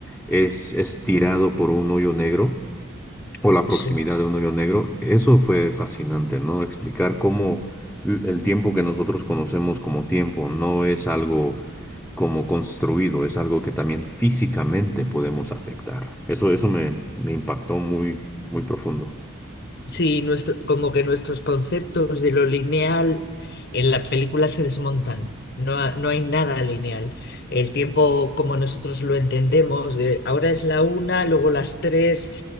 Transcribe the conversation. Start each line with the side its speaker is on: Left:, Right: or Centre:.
Centre: es estirado por un hoyo negro, o la proximidad
Left: sí.
Centre: de un hoyo negro, eso fue fascinante, ¿no? Explicar cómo l- el tiempo que nosotros conocemos como tiempo no es algo como construido, es algo que también físicamente podemos afectar. Eso, eso me, me impactó muy, muy profundo.
Left: Sí, nuestro, como que nuestros conceptos de lo lineal en la película se desmontan. No, ha- no hay nada lineal. El tiempo, como nosotros lo entendemos, de ahora es la una, luego las tres,